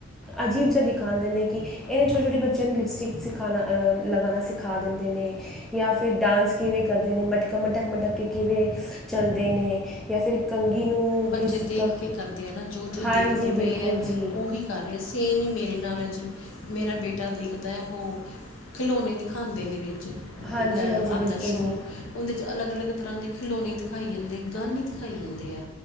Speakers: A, in the centre; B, on the left (about 70°).
A: ਅਜੀਬ ਜੇਆ ਦਿਖਾਦੇ ਨੇ ਕਿ ਏਨੇ ਛੋਟੇ ਛੋਟੇ ਬੱਚਿਆਂ ਨੂੰ ਲਿਪਸਟਿਕ ਸਿਖਾਣਾ ਅ ਲਗਾਣਾ ਸਿਖਾ ਦਿੰਦੇ ਨੇ। ਜਾਂ ਫਿਰ ਡਾਂਸ ਕਿਵੇਂ ਕਰਦੇ ਨੇ ਮਟਕ ਮਟਕ ਮਟਕ ਕੇ ਕਿਵੇਂ ਚੱਲਦੇ ਨੇ। ਜਾਂ ਫਿਰ ਕੰਘੀ ਨੂੰ।
B: ਬੱਚੇ
A: ਕਿਸ
B: ਦੇਖ
A: ਕ-
B: ਕੇ ਕਰਦੇ ਐ ਨਾ ਜੋ ਜੋ
A: ਹਾਂਜੀ
B: ਦੇਖਦੇ
A: ਬਿਲਕੁਲ
B: ਪਏ ਐ
A: ਜੀ
B: ਓਹੀ ਕਰ ਰੇ ਸੇਮ ਈ ਮੇਰੇ ਨਾਲ ਐ ਜੀ ਮੇਰਾ ਬੇਟਾ ਦੇਖਦਾ ਐ ਓਹੋ ਖਿਲੌਣੇ ਦਿਖਾਨਦੇ ਨੇ ਵਿੱਚ
A: ਹਾਂਜੀ
B: ਇੱਕ ਐ
A: ਹਾਂਜੀ
B: ਆਂਦਾ
A: ਬਿਲਕੁਲ
B: ਸ਼ੋਅ
A: ਜੀ
B: ਓਦੇ ਚ ਅਲੱਗ ਅਲੱਗ ਤਰ੍ਹਾਂ ਦੇ ਖਿਲੌਣੇ ਦਿਖਾਈ ਜਾਂਦੇ ਗਨ ਈ ਦਿਖਾਈ ਜਾਂਦੇ ਐ।